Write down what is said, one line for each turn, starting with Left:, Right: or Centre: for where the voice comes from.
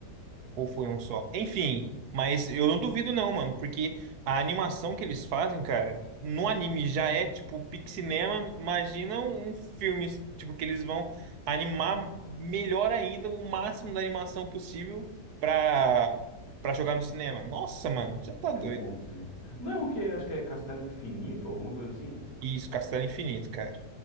Right: Ou foi um
Left: Ah,
Right: só? Enfim, mas eu não duvido não, mano, porque a animação que eles fazem, cara, no anime já é tipo pixinema, imagina um um filme, tipo, que eles vão animar melhor ainda, o máximo da animação possível pra,
Left: ah,
Right: pra jogar no cinema. Nossa, mano, você tá doido.
Left: é monstro, hein? Não, que acho que é Castelo Infinito, alguma coisa assim.
Right: Isso, Castelo Infinito, cara.